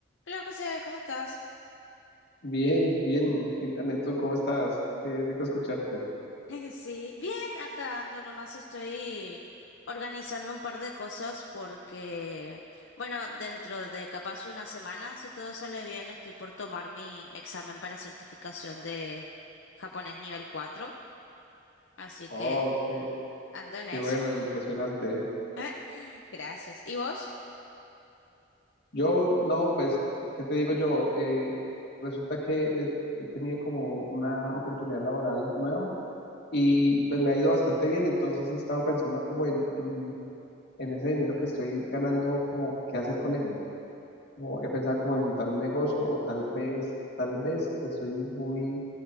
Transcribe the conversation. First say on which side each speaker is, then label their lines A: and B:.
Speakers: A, on the left (about 75°); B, on the left (about 55°).
A: Hola José, ¿cómo estás?
B: Bien, bien. Itana, ¿y tú cómo estás? Qué rico escucharte.
A: <laughs> Sí, bien, acá ando, nomás estoy organizando un par de cosas porque, bueno, dentro de capaz una semana, si todo sale bien, estoy por tomar mi examen para certificación de japonés nivel 4. así
B: Oh,
A: que
B: qué,
A: ando en eso.
B: qué bueno, impresionante.
A: <laughs> Gracias. ¿Y vos?
B: Yo, no, pues, ¿qué te digo yo? Eh, resulta que he, he tenido como una oportunidad laboral nueva y pues me ha ido bastante bien, entonces he estado pensando como en, en, en ese dinero que estoy ganando, como qué hacer con él. Como he pensado como en montar un negocio o tal vez, tal vez estoy muy